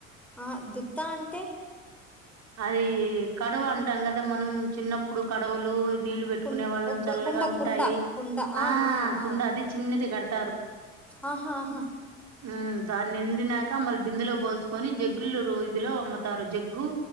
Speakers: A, in the centre; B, on the right (about 40°).
A: ఆ దుత్తా అంటే
B: అది కడవ అంటాం కదా మనం చిన్నప్పుడు కడవలు నీళ్ళు పెట్టి
A: కుం
B: కునే వాళ్ళం
A: ఒక
B: చల్లగా
A: కుండ
B: ఉంటాయి
A: కుండ కుండ
B: ఆ
A: ఆ
B: కుండ అది చిన్నది గడత
A: ఆహా ఆహా
B: ఉ దాన్ని నిండినాక మళ్ళీ బిందులో పోసుకొని జగ్గులు ఇదిలో అమ్ముతారు జగ్గు